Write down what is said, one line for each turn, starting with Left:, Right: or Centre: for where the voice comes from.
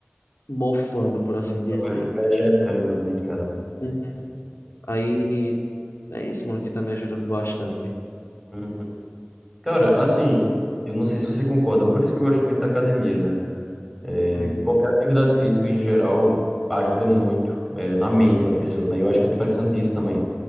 Left: mofando, por assim dizer.
Centre: Tava Vegetando, né, em casa.
Left: Hum, Aí é isso, mano, que tá me ajudando bastante.
Centre: Uhum. Cara, assim, eu não sei se você concorda, por isso que eu gosto muito da academia, né? É,
Left: hum,
Centre: Qualquer atividade física em geral ajuda muito, é, na mente da pessoa, né? E eu acho que eu tô precisando disso também.